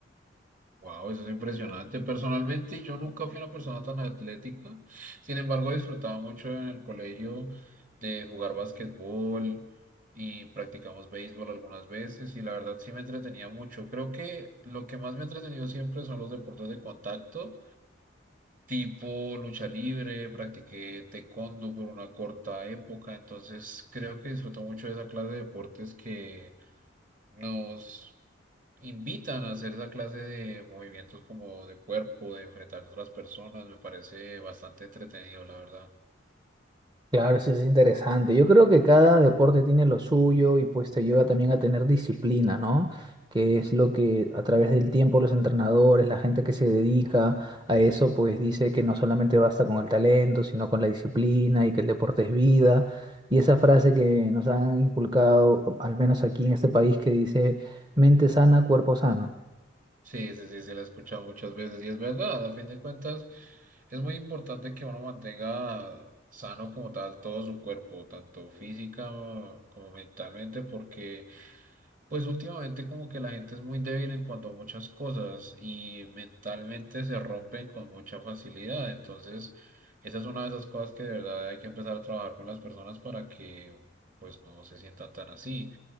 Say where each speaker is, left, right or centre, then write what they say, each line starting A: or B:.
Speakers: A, on the right; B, on the right.
A: Wow, eso es impresionante. Personalmente, yo nunca fui una persona tan atlética. Sin embargo, disfrutaba mucho en el colegio de jugar basquetbol y practicamos béisbol algunas veces y la verdad sí me entretenía mucho. Creo que lo que más me ha entretenido siempre son los deportes de contacto, tipo lucha libre, practiqué taekwondo por una corta época, entonces creo que disfruto mucho de esa clase de deportes que nos invitan a hacer esa clase de movimientos como de cuerpo, de enfrentar a otras personas, me parece bastante entretenido, la verdad.
B: Claro, sí, es interesante. Yo creo que cada deporte tiene lo suyo y pues te ayuda también a tener disciplina, ¿no? Que es lo que a través del tiempo los entrenadores, la gente que se dedica a eso, pues dice que no solamente basta con el talento, sino con la disciplina y que el deporte es vida. Y esa frase que nos han inculcado, al menos aquí en este país, que dice mente sana, cuerpo sano.
A: Sí, sí, sí, se la he escuchado muchas veces y es verdad, a fin de cuentas es muy importante que uno mantenga sano como tal todo su cuerpo, tanto física como mentalmente, porque Pues últimamente como que la gente es muy débil en cuanto a muchas cosas y mentalmente se rompen con mucha facilidad. Entonces, esa es una de esas cosas que de verdad hay que empezar a trabajar con las personas para que pues no se sientan tan así.